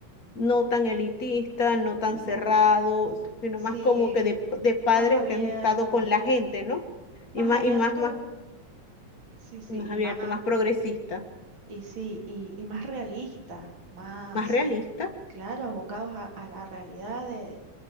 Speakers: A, on the left (about 35°); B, on the right (about 40°).
A: no tan elitista, no tan
B: Ujú.
A: cerrado, sino
B: Sí,
A: más como que de, de padres
B: más abierto.
A: que han estado con la gente, ¿no?
B: Más
A: Y más,
B: abierto,
A: y más, más,
B: sí, sí,
A: más
B: y
A: abierto,
B: más,
A: más progresista,
B: y sí, y, y más realista, más,
A: más realista.
B: claro, abocados a, a la realidad de,